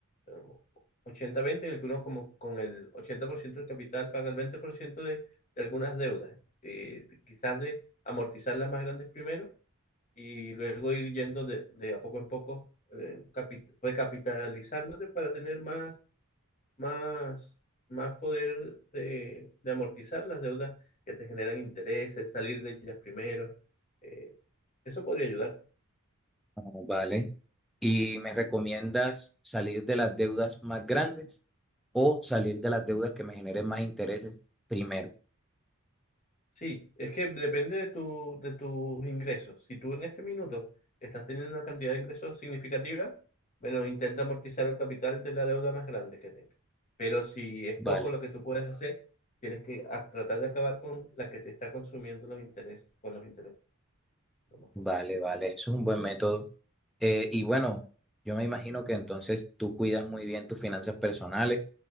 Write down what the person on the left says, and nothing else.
eh, 80-20 en el que uno como con el 80% del capital paga el 20% de, de algunas deudas, eh, de- quizás de amortizar las más grandes primero y luego ir yendo de, de a poco en poco eh, capi- recapitalizándote para tener más más, más poder de, de amortizar las deudas que te generan intereses, salir de ellas primero. eh, eso podría ayudarte.
Sí, es que depende de tu, de tus ingresos. Si tú en este minuto estás teniendo una cantidad de ingresos significativa, bueno, intenta amortizar el capital de la deuda más grande que tengas. Pero si es
poco lo que tú puedes hacer, tienes que a- tratar de acabar con la que te está consumiendo los intereses, con los intereses, lo más posible.